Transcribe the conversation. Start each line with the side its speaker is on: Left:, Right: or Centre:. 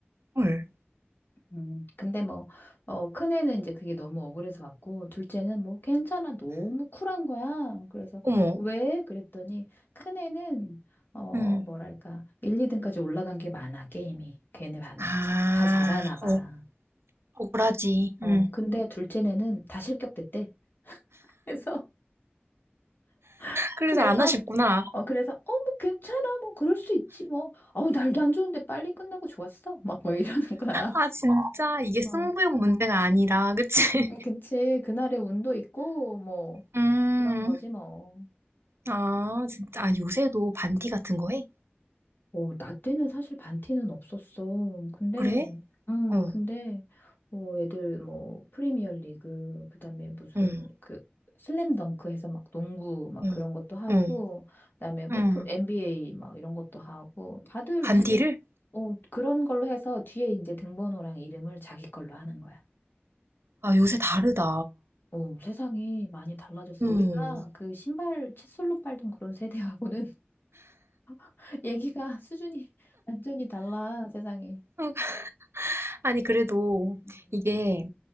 Right: 헐.
Left: 음, 근데 뭐, 어, 큰애는 이제 그게 너무 억울해서 왔고, 둘째는 뭐, 괜찮아. 너무 쿨한 거야. 그래서,
Right: 어머.
Left: 왜? 그랬더니, 큰애는, 어,
Right: 응.
Left: 뭐랄까, 1, 2등까지 올라간 게 많아, 게임이. 걔네 반은.
Right: 아.
Left: 자, 다 잘하나 봐.
Right: 어, 억울하지.
Left: 어,
Right: 응.
Left: 근데 둘째네는 다 실격됐대. 그래서, <laughs>
Right: 그래서
Left: 그래서,
Right: 안 하셨구나
Left: 어, 그래서, 어, 뭐, 괜찮아. 뭐, 그럴 수 있지, 뭐. 어우, 날도 안 좋은데 빨리 끝나고 좋았어. 막, 뭐 이러는 거야.
Right: 아, 진짜. 이게 승부욕
Left: 어.
Right: 문제가 아니라, 그치? <laughs>
Left: 그 김치 그날의 운도 있고 뭐
Right: 음,
Left: 그런 거지 뭐.
Right: 아, 진짜. 아, 요새도 반티 같은 거 해?
Left: 어, 나 때는 사실 반티는 없었어. 근데
Right: 그래?
Left: 음
Right: 어,
Left: 근데 뭐 애들 뭐 프리미어 리그 그다음에 무슨
Right: 응,
Left: 그 슬램덩크 해서 막 농구 막
Right: 응,
Left: 그런 것도 하고
Right: 응,
Left: 그다음에 뭐
Right: 응.
Left: 프로, NBA 막 이런 것도 하고 다들
Right: 반디를?
Left: 지들 어 그런 걸로 해서 뒤에 이제 등번호랑 이름을 자기 걸로 하는 거야.
Right: 아, 요새 다르다.
Left: 어, 세상이 많이 달라졌어.
Right: 음.
Left: 우리가 그 신발 칫솔로 빨던 그런 세대하고는 <laughs> 얘기가 수준이 완전히 달라, 세상이.
Right: 음, 아니, 그래도
Left: 음,
Right: 이게